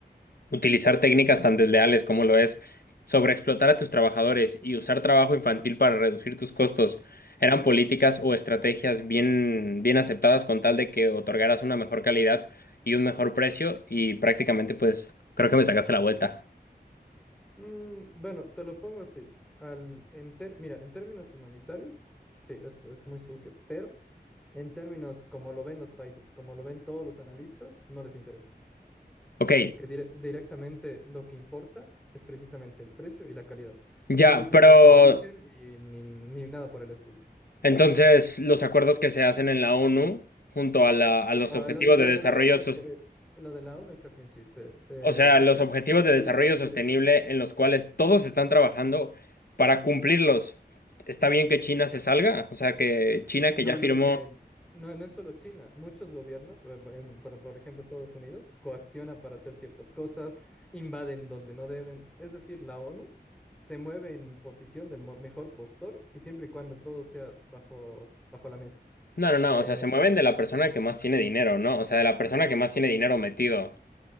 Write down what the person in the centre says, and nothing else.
Mm, bueno, te lo pongo así. Al, en ter- mira, en términos humanitarios, sí, es, es muy sucio, pero en términos como lo ven los países, como lo ven todos los analistas, no les interesa.
Es que dire- directamente lo que importa es precisamente el precio y la calidad.
No les
importa el origen y ni, ni nada por el estilo.
Ah,
los de, lo
de la ONU
es que, lo de la ONU es casi un chiste. eh,
<laughs> el-
alguien lo
tiene que decir.
No,
no, es que no, no es solo China. Muchos gobiernos, eh, bu- en- por, por ejemplo Estados Unidos, coacciona para hacer ciertas cosas, invaden donde no deben. Es decir, la ONU se mueve en posición del mo- mejor postor y siempre y cuando todo sea bajo, bajo la mesa.
Eh,
sí, sí.